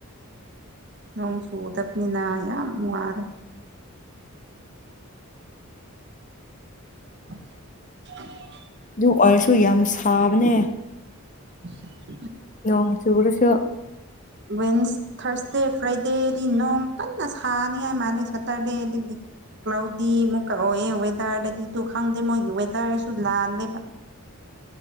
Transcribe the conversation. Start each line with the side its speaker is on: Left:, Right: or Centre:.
Right: ꯅꯣꯡ ꯁꯨꯗꯕꯅꯤꯅ ꯌꯥꯝꯅ ꯋꯥꯔꯦ <unintelligible>
Left: ꯑꯗꯨ ꯑꯣꯏꯔꯁꯨ ꯌꯥꯝ ꯁꯥꯕꯅꯦ
Right: INAUDIBLE
Left: ꯅꫭꯡ ꯆꯨꯔꯁꯨ
Right: ꯋꯦꯟꯁ ꯊꯔꯁꯗꯦ ꯐ꯭ꯔꯥꯏꯗꯦꯗꯤ ꯅꯣꯡ ꯀꯟꯅ ꯁꯥꯅꯤꯡꯉꯥꯏ ꯃꯥꯜꯂꯦ ꯁꯇꯔꯗꯦꯗꯒꯤ ꯀ꯭ꯂꯥꯎꯗꯤ ꯑꯃꯨꯛꯀ ꯑꯣꯏꯌꯦ ꯋꯦꯗꯔꯗꯗꯤ ꯇꯨ ꯈꯪꯗꯦ ꯃꯣꯏꯒꯤ ꯋꯦꯗꯔꯁꯨ ꯂꯥꯜꯂꯦꯕ
Left: <unintelligible>